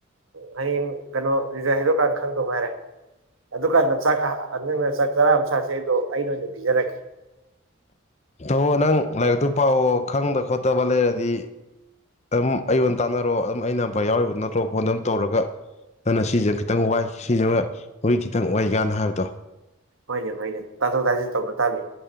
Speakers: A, on the right; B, on the left.
A: ꯍꯌꯦꯡ ꯀꯩꯅꯣ ꯔꯤꯖꯔ ꯍꯥꯏꯗꯣꯛꯀꯥꯟ ꯈꯪꯗꯧ ꯉꯥꯏꯔꯦ ꯑꯗꯨꯀꯥꯟꯗ ꯆꯥꯛ ꯑ ꯑ ꯅꯪꯅ ꯆꯥꯛ ꯆꯔꯥ ꯑꯃ ꯁꯥꯥꯁꯦ ꯑꯩꯗꯣ ꯑꯩꯅ ꯑꯣꯏꯅ ꯄꯤꯖꯔꯒꯦ
B: ꯊꯥꯃꯣ ꯅꯪ ꯂꯥꯏꯔꯤꯛꯇꯨ ꯄꯥꯎ ꯈꯪꯗ ꯈꯣꯠꯇꯕ ꯂꯩꯔꯗꯤ ꯑꯗꯨꯝ ꯑꯩꯉꯣꯟ ꯇꯥꯟꯅꯔꯣ ꯑꯗꯨꯝ ꯑꯩ ꯅꯝꯕꯔ ꯌꯥꯎꯔꯤꯕ ꯅꯠꯇ꯭ꯔꯣ ꯐꯣꯟꯗ ꯑꯗꯨꯝ ꯇꯧꯔꯒ ꯅꯪꯅ ꯁꯤꯖꯦ ꯈꯤꯇꯪ ꯋꯥꯏ ꯁꯤꯖꯦ ꯃ ꯃꯣꯏ ꯈꯤꯇꯪ ꯑꯣꯏ ꯀꯥꯟ ꯍꯥꯏꯕꯗꯣ
A: ꯍꯣꯏꯅꯦ ꯍꯣꯏꯅꯦ ꯇꯥꯊꯣꯛ ꯇꯥꯁꯤꯟ ꯇꯧꯅ ꯇꯥꯝꯃꯤ